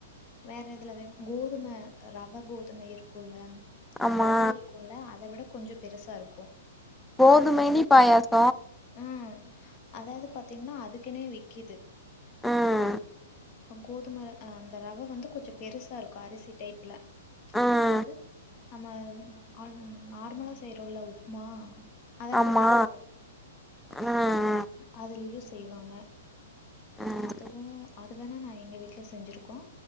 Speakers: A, on the left; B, in the centre.
A: வேற எதுல வெப் கோதும ரவ கோதும இருக்குல்ல
B: ஆமா
A: ரவை இருக்குல்ல அத விட கொஞ்சோ பெருசாருக்கு
B: கோதுமைலி பாயாச
A: ம் அதாது பாத்தீங்னா அதுக்குனே விக்கிது
B: ம்
A: கோதும ர அந்த ரவ வந்து கொஞ்சோ பெருசா இருக்கு அரிசி டைப்ல
B: ம்
A: அதாவது நம்ம ஆ நார்மலா செய்றோல உப்புமா அதவிட
B: ஆமா
A: பெருசா இருக்கு
B: ம்
A: அதுலியு செய்வாங்க
B: ம்
A: அதுவு அது வேணா நா எங்க வீட்ல செஞ்சிருக்கோ